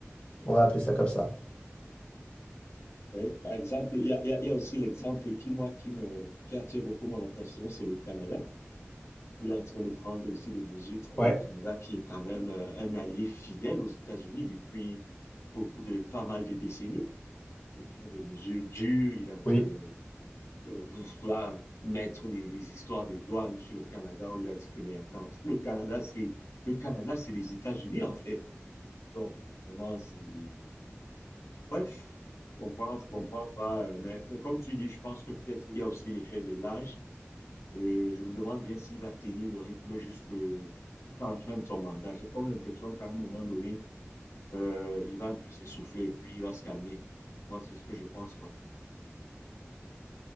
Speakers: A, on the left; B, on the left.
A: On va appeler ça comme ça.
B: Oui, par exemple, il y a, il y a- il y a aussi l'exemple qui, moi, qui me, qui attire beaucoup mon attention, c'est le Canada. Il est en train de prendre ici des mesures. tr-
A: Ouais,
B: Le Canada, qui est quand même euh, un allié fidèle aux États-Unis depuis beaucoup de, pas mal de décennies. il prend des mesures dures, il est en train
A: oui.
B: de, euh, de vouloir mettre des, des histoires de douane sur le Canada. On lui a dit que, mais attends, <laughs> le Canada, c'est le Canada, c'est les États-Unis, en fait. Donc, vraiment, c'est... Bref, je comprends, je comprends pas. euh, Mais comme tu dis, je pense que peut-être il y a aussi l'effet de l'âge. Et je me demande bien s'il va tenir le rythme jusque, jusqu'à la fin de son mandat. J'ai comme l'impression qu'à un moment donné, euh, il va un peu s'essouffler et puis il va se calmer. Moi, c'est ce que je pense, quoi.